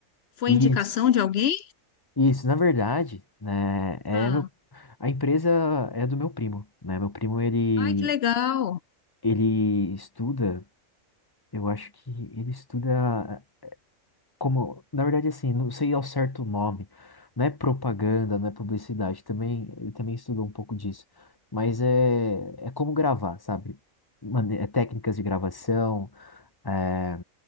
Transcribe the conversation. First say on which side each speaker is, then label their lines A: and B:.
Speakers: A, on the left; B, on the left.
A: Foi
B: isso.
A: indicação de alguém?
B: Isso, na verdade, né, é
A: Ah,
B: meu, a empresa é do meu primo, né? Meu primo ele
A: ai, que legal.
B: ele estuda, eu acho que ele estuda como, na verdade assim, não sei ao certo o nome, não é propaganda, não é publicidade, também ele também estudou um pouco disso, mas é é como gravar, sabe? Mane- é técnicas de gravação, é,